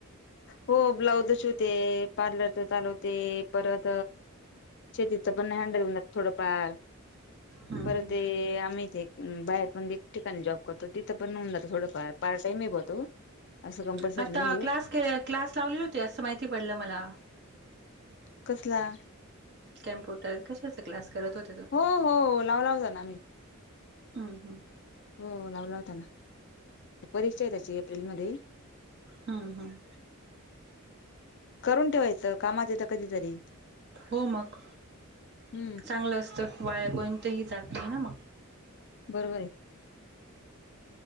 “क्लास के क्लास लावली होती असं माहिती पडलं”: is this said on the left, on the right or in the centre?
Right